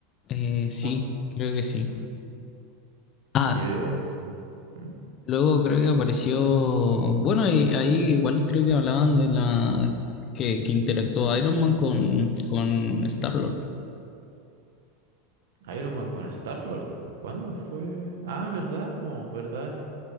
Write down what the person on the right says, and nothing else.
¿Cómo?
Sí, pero igual tú. ¿Mm?
Iron Man con Star-Lord. ¿Cuándo fue? Ah, verdad, po, verdad.